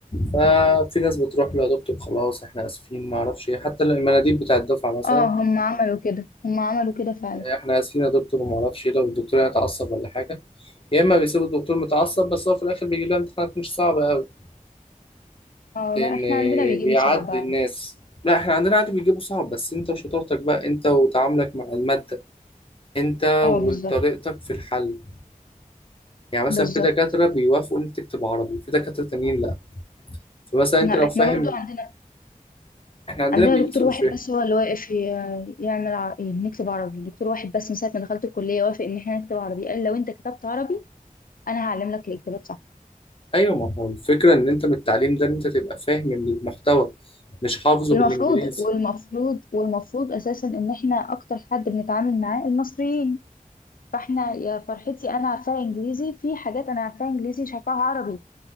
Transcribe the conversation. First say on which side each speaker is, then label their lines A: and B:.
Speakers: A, on the left; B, on the left.
A: ففي ناس بتروح له يا دكتور خلاص احنا اسفين ما اعرفش ايه حتى المناديب بتاع الدفعة مثلا
B: اه هم عملوا كده هم عملوا كده فعلا
A: احنا اسفين يا دكتور وما اعرفش ايه لو الدكتور يعني اتعصب ولا حاجة يا اما بيسيبوا الدكتور متعصب بس هو في الاخر بيجيب لها امتحانات مش صعبه قوي
B: اه
A: لان
B: لا احنا عندنا بيجيبوا
A: بيعدي
B: صعب عادي
A: الناس لا احنا عندنا عادي بيجيبوا صعب بس انت وشطارتك بقى انت وتعاملك مع الماده انت
B: اه
A: وطريقتك
B: بالظبط
A: في الحل يعني مثلا
B: بالظبط
A: في دكاتره بيوافقوا ان انت تكتب عربي في دكاتره تانيين لا فمثلا
B: لا
A: انت لو
B: احنا
A: فاهم
B: برضو عندنا
A: احنا عندنا
B: عندنا
A: بيقيسوا
B: دكتور واحد
A: الفهم
B: بس هو اللي واقف ي- يعمل ع- إيه، نكتب عربي دكتور واحد بس من ساعة ما دخلت الكلية وافق ان احنا نكتب عربي قال لو انت كتبت عربي انا هعلم لك الاجابات صح
A: ايوه ما هو الفكره ان انت من التعليم ده ان انت تبقى فاهم المحتوى مش حافظه
B: المفروض
A: بالانجليزي
B: والمفروض والمفروض اساسا ان احنا اكتر حد بنتعامل معاه المصريين فاحنا يا فرحتي انا عارفاها انجليزي في حاجات انا عارفاها انجليزي مش عارفاها عربي